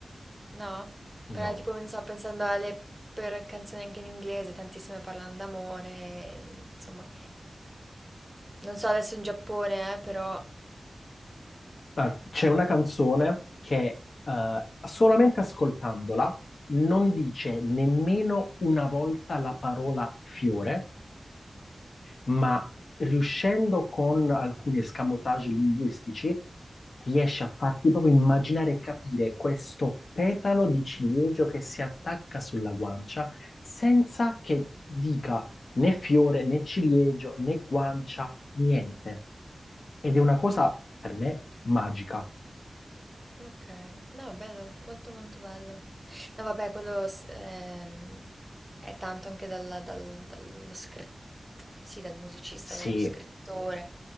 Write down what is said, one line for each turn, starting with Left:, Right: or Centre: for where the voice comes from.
Right: No,
Left: no.
Right: però tipo non so, pensando alle per canzoni anche in inglese, tantissime parlano d'amore, e, insomma. Non so adesso in Giappone, eh, però...
Left: Ah, C'è una canzone che eh, solamente ascoltandola non dice nemmeno una volta la parola fiore, ma riuscendo con alcuni escamotage linguistici, riesce a farti proprio immaginare e capire questo petalo di ciliegio che si attacca sulla guancia senza che dica né fiore, né ciliegio, né guancia, niente. Ed è una cosa per me magica.
Right: Ok, no, bello, molto molto bello. No, vabbè, quello s- ehm, è tanto anche dalla- dal- dallo scritto, sì, dal musicista,
Left: Sì,
Right: dallo scrittore.